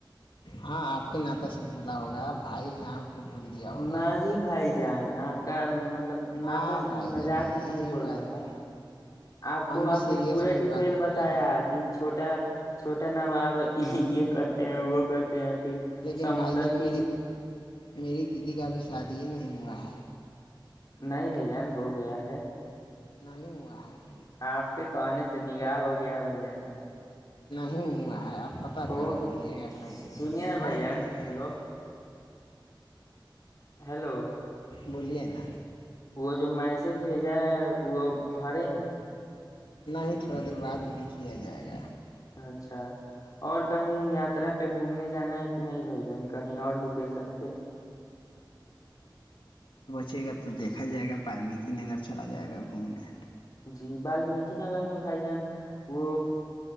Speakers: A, on the left (about 85°); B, on the left (about 45°).
A: ہاں آپ کے ناتا سے بولا ہوگا بھائی آپ کو بول دیا ہوگا
B: نہیں ہی بھائی جائا آپ کا مب مطلب
A: ہاں
B: ناتا سے
A: بھائی
B: نہیں
A: جان
B: مذاق
A: یہی
B: میں نہیں بول
A: بات
B: رہے ہیں
A: ہے
B: آپ
A: ہم
B: کو
A: بھی
B: آپ
A: سیریس
B: کے پورے
A: میں بھی
B: ڈیٹیل
A: بات بول
B: بتایا
A: رہے ہیں
B: کہ چھوٹی ا چھوٹا نا باب یہ کرتے ہیں وہ کرتے ہیں پھر
A: لیکن
B: سمندر
A: بھائی جان
B: پی
A: م
B: ج-
A: میری دیدی کا بھی سارھ یہ نہیں ہوا ہے
B: نہیں بھ جان ہو گیا ہے
A: نہیں ہوا ہے
B: آپ کے کہنے سے نگاہ ہو گیا بھائی جان
A: نہیں ہوا ہے آپ پتاہ
B: ہو
A: کر لیجیے
B: گیا ہے
A: ا کہیں بھی
B: سنیے نا
A: وہاں
B: بھائی
A: ہی
B: جان
A: نہیں ہے
B: ہیلو
A: ابھی
B: ہیلو
A: بولیے نا
B: وہ جو میسج بھیجا ہے وہ بھرے ہیں
A: نہیں تھوڑا دیر بعد وہیں کیا جائے گا
B: اچھا اور کہیں یاترا پہ گھومنے جانا ہے کہ نہیں بھ جن کہیں اور لوکیشن پہ
A: چے گا تو دیکھا جائے گا بالمیک نگر چلا جائے گا گھومنے
B: جی بالمیک نگر میں بھائی جان وہ